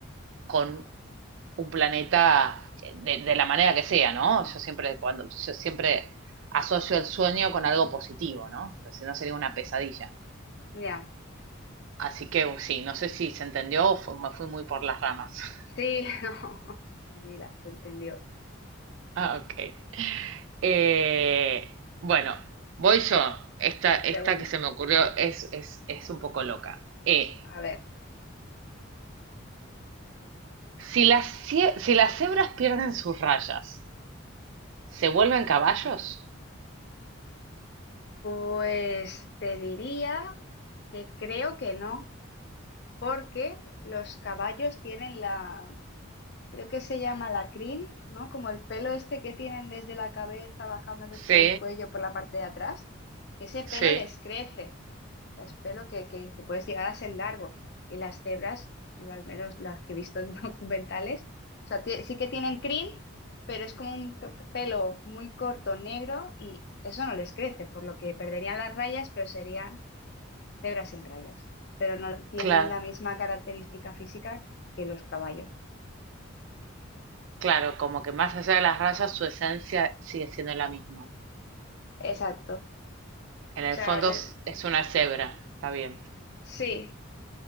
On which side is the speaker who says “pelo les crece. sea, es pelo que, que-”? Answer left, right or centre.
Left